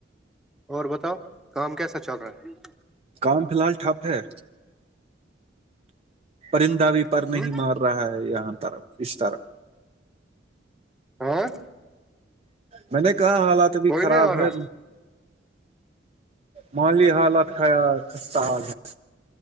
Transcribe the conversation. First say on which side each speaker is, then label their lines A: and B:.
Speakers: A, in the centre; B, on the right.
A: اور بتاؤ کام کیسا چل رہا ہے
B: کام فی الحال ٹھپ ہے پرندہ بھی پر
A: ہے
B: نہیں مار رہا ہے یہاں طرف اسش طرف
A: ہاں
B: میں نے کہا حالات ابھی
A: کوئی
B: خراب
A: نہیں آ
B: ہے
A: رہا
B: مالی حالات ہے سستا حال ہے